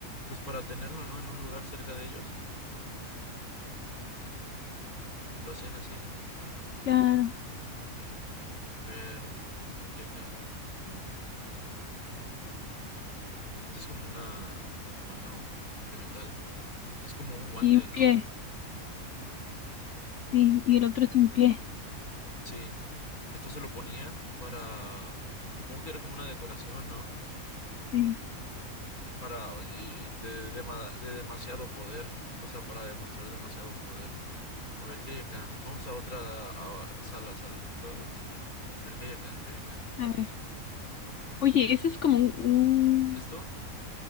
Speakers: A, on the left (about 80°); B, on the left (about 60°).
A: pues para tenerlo, ¿no? En un lugar cerca de ellos. Lo hacían así, ¿no? Más o menos.
B: Claro.
A: A ver, ¿y qué hay acá? Esto es como una mano de metal. Esto es como un guante,
B: Y un
A: ¿no?
B: pie. Sí, y el otro es un pie.
A: Sí. Esto se lo ponían para, supongo que era como una decoración, ¿no?
B: Sí,
A: para y, y de, dema- de demasiado poder, o sea, para demostrar demasiado poder. A ver, ¿qué hay acá? Vamos a otra a- sala, sala, ¿sabes? A ver, ¿qué hay acá? ¿Qué hay acá?
B: a ver. Oye, ese es como un, un-
A: ¿Esto?